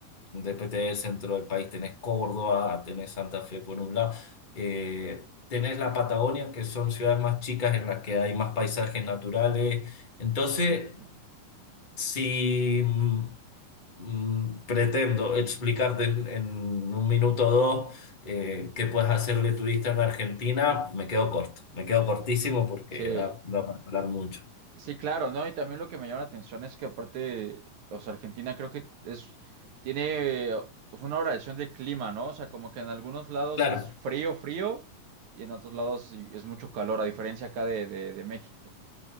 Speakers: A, on the left (about 20°); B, on the right (about 60°).
A: después tenés el centro del país, tenés Córdoba, tenés Santa Fe por un lado, eh, tenés la Patagonia, que son ciudades más chicas en las que hay más paisajes naturales. Entonces,
B: Justo.
A: si mm, mm, pretendo explicarte en, en un minuto o dos eh, qué puedes hacer de turista en Argentina, me quedo corto, me quedo cortísimo porque
B: Sí,
A: da, da para hablar mucho.
B: Sí, claro, ¿no? Y también lo que me llama la atención es que aparte, o sea, Argentina creo que es, tiene eh, pues, una variación de clima, ¿no? O sea, como que en algunos lados
A: Claro.
B: es frío, frío, y en otros lados sí es mucho calor, a diferencia acá de, de, de México.